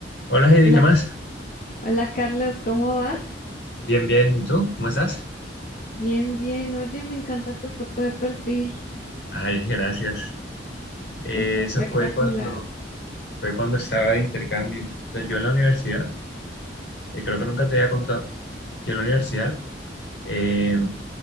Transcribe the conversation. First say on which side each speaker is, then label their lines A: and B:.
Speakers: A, on the left (about 60°); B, on the left (about 45°).
A: Hola Heidi,
B: Hola,
A: ¿qué más?
B: C- hola Carlos, ¿cómo vas?
A: Bien, bien. ¿Y tú? ¿Cómo estás?
B: Bien, bien. Oye, me encanta tu foto de perfil.
A: Ay, gracias. Eh,
B: Está espectacular.
A: eso fue cuando, fue cuando estaba de intercambio. Entonces, yo en la universidad, eh, creo que nunca te había contado, yo en la universidad eh,